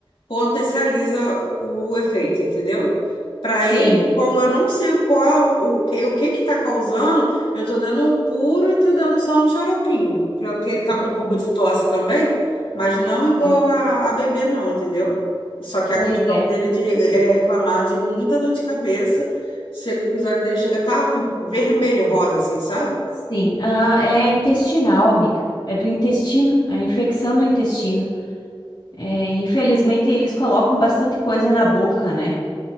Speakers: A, on the left; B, on the left.
A: potencializa o efeito, entendeu? Para
B: Sim.
A: ele, como eu não sei qual, o que, o que que tá causando, eu tô dando o puro e tô dando só um xaropinho, porque ele tá
B: Uhum,
A: com um pouco de tosse também, mas não igual
B: sim.
A: a, a bebê, não, entendeu? Só que
B: Pois
A: a questão
B: é.
A: dele de re- é reclamar de muita dor de cabeça, chega que os olhos dele chega a tá vermelho, rosa, assim, sabe?
B: Sim. Ah, é intestinal, amiga. É do intestino. É a infecção do intestino. É, infelizmente, eles colocam bastante coisa na boca, né?